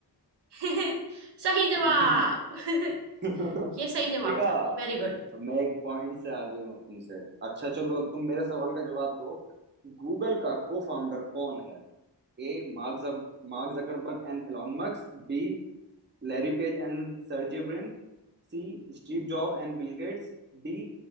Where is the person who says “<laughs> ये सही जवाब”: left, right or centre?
Right